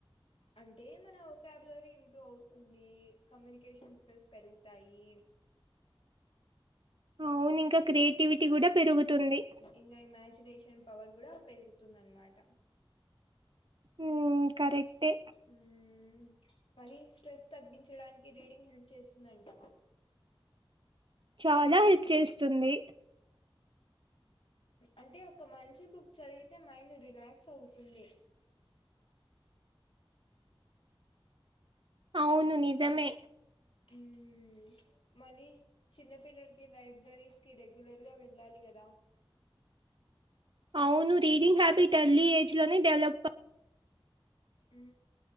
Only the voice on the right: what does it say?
అవును ఇంకా క్రియేటివిటీ కూడా పెరుగుతుంది
ఉమ్ కరెక్టే
చాలా హెల్ప్ చేస్తుంది
అ అవును నిజమే
అవును రీడింగ్ హ్యాబిట్ ఎర్లీ ఏజ్ లోనే డెవలప్